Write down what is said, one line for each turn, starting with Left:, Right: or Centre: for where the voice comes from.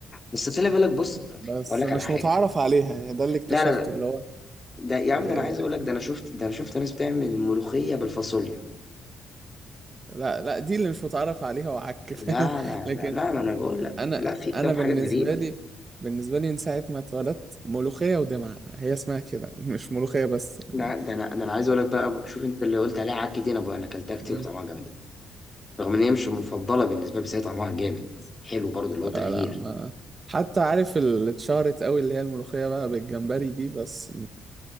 Left: بس خلي بالك بص
Right: بس
Left: اقول لك
Right: مش
Left: على حاجه
Right: متعرف عليها يعني ده اللي اكتشفته
Left: لا لا لا
Right: اللي هو
Left: ده يا
Right: آه،
Left: عم ده انا عايز اقول لك ده انا شفت ده انا شفت ناس بتعمل ملوخيه بالفاصوليا
Right: لا لا دي اللي مش متعرف عليها وعك <laughs> فاهم؟
Left: لا لا
Right: لكن
Left: لا لا ما انا بقول لك
Right: انا
Left: لا في
Right: انا
Left: كام
Right: بالنسبة
Left: حاجه غريبه
Right: لي بالنسبة لي من ساعة ما اتولدت ملوخية ودمعة هي اسمها كده مش ملوخية بس يعني
Left: لا ده انا ده انا عايز اقول لك بقى شوف انت اللي قلت عليها عكي دي انا بقى انا اكلتها كتير
Right: مم.
Left: وطعمها جامده رغم ان هي مش المفضله بالنسبه لي بس هي طعمها جامد حلو برضه اللي هو تغيير
Right: لا لا ما حتى عارف اللي اتشهرت قوي اللي هي الملوخية بقى بالجمبري دي بس